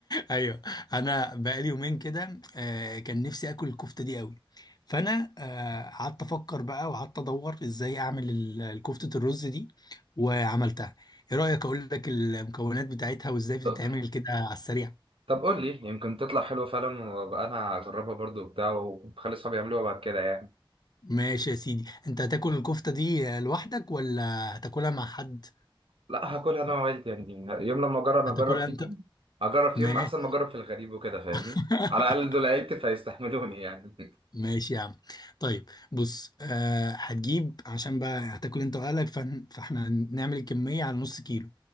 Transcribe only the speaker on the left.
ايوه انا بقالي يومين كده آه، كان نفسي اكل الكفته دي قوي فانا آه، قعدت افكر بقى وقعدت ادور ازاي اعمل ال- الكفته الرز دي وعملتها ايه رايك اقول لك المكونات بتاعتها وازاي بتتعمل
كده على السريع
ماشي يا سيدي انت هتاكل الكفته دي آه، لوحدك ولا هتاكلها مع حد
هتاكلها
انت
ماشي
<laughs>
ماشي يا عم طيب بص آه هتجيب عشان بقى هتاكل انت واهلك فهن- فاحنا نعمل الكمية على نص كيلو